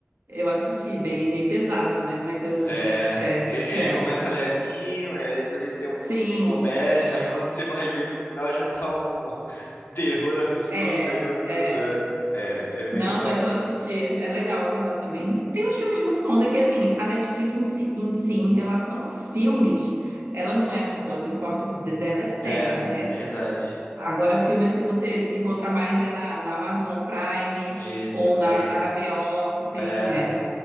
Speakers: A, on the right; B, on the left.
A: eu assisti, bem, meio pesado, né? Mas eu,
B: É,
A: é,
B: ele, ele
A: é,
B: começa levinho, é, depois ele tem um
A: sim,
B: pouquinho de comédia, <laughs> aí quando você vai ver no final já tá um, <laughs> um terror absurdo,
A: é,
B: um negócio
A: é.
B: todo. É, é, é bem
A: Não,
B: legal.
A: mas eu assisti, é legal, legal também. Tem uns filmes muito bons, é que, assim, a Netflix em si, em si, em relação a filmes, ela não é muito boa, assim, o forte de- dela é séries,
B: É,
A: né?
B: verdade.
A: Agora, filme assim, você encontra mais é na, na Amazon Prime
B: Isso,
A: ou
B: naí.
A: na, na HBO, que tem,
B: É,
A: é,